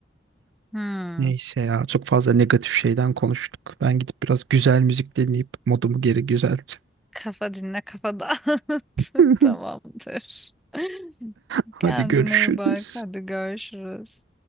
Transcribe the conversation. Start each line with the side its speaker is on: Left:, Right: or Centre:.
Centre: Hmm.
Right: Neyse ya çok fazla negatif şeyden konuştuk. Ben gidip biraz güzel müzik dinleyip modumu geri güzelteceğim.
Centre: Kafa dinle kafa dağıt.
Right: <laughs>
Centre: <laughs> Tamamdır. <laughs>
Right: Hadi
Centre: Kendine
Right: görüşürüz.
Centre: iyi bak. Hadi görüşürüz.